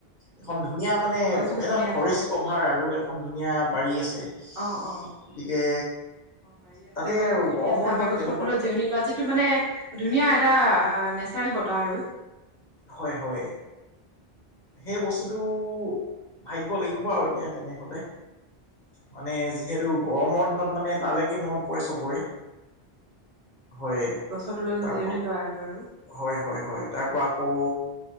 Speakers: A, on the left; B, on the right.
A: এখন। ধুনীয়া মানে
B: গছ গছনি
A: এটা ফৰেষ্ট
B: আছে
A: কভাৰ আৰু এখন ধুনীয়া বাৰী আছে।
B: অ অ
A: গতিকে
B: বাৰী আছে
A: তাতে
B: গছ
A: আৰু
B: গছনি
A: গৰমৰ
B: আছে আমাৰ
A: দিনত
B: গছৰ
A: তেনেকুৱা
B: তলত জিৰণি লোৱা যিটো মানে ধুনীয়া। এটা নেচাৰেল বতাহ আৰু
A: হয় হয়। সেই বস্তুটো ভাগ্য লাগিব আৰু এতিয়া তেনেহলে। মানে যিহেতু
B: অ
A: গৰমৰ দিনত মানে তালৈকে মনত পৰে চবৰে। হয়
B: অ গছৰ তলত
A: তাৰপ
B: জিৰণি লোৱা আৰু আৰু
A: হয় হয় হয় তাৰ পৰা আকৌ।